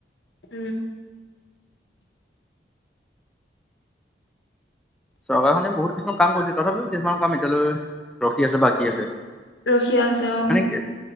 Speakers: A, on the left; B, in the centre.
A: উম
B: চৰকাৰখনে বহুত কিছুমান কাম কৰিছে তথাপিও কিছুমান কাম এতিয়ালৈ ৰখি আছে বা বাকী আছে।
A: ৰখি আছে অ
B: মানে কি